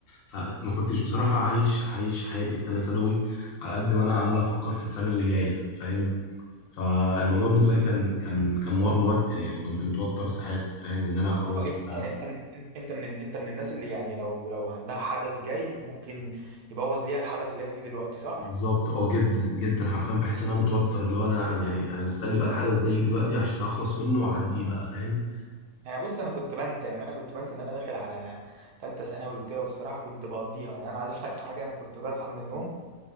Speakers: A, on the left; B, on the right.
A: فما كنتش بصراحة عايش عايش حياتي في تانية ثانوي على قد ما أنا عمال أفكر في السنة اللي جاية فاهم فالموضوع بالنسبة لي كان كان كان مو- موتر يعني كنت متوتر ساعات فاهم إن أنا
B: اه
A: خلاص
B: انت
A: بقى
B: يعني انت من انت انت من انت من الناس اللي يعني لو لو عندها حدث جاي ممكن يبوظ ليها الحدث اللي هي فيه دلوقتي صح
A: بالظبط اه جدا جدا حرفيا بحس ان انا متوتر اللي هو انا يعني انا مستني بقى الحدث ده يجي دلوقتي عشان اخلص منه واعديه بقى فاهم
B: يعني بص انا كنت بنسى يعني انا كنت بنسى ان انا داخل على ثالثه ثانوي وكده والصراحه كنت بقضيها يعني انا عايز اقول لك حاجه انا كنت بصحى من النوم